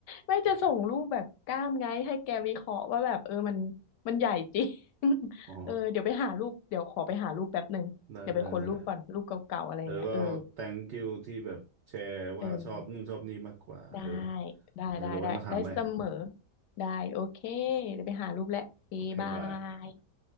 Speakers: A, on the left; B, on the right.
A: ไม่จะส่งรูปแบบกล้ามไงให้แกวิเคราะห์ว่าแบบเออมันมันใหญ่จริง <laughs>
B: อ๋อ
A: เออเดี๋ยวไปหารูปเดี๋ยวขอไปหารูปแป๊บหนึ่งเดี๋ยวไปค้นรูปก่อนรูปเก่าๆอะไรอย่างเงี้ยเออ
B: ได้ได้ได้แล้วก็ thank you ที่แบบแชร์ว่าชอบนู่นชอบนี่มากกว่าเออ
A: เออ ได้ได้ได้ได้ได้เสมอ
B: เออเดี๋ยวไว้มาถามใหม่
A: ได้โอเคเดี๋ยวไปหารูปแล้วโอเคบา
B: โอเคบาย
A: ย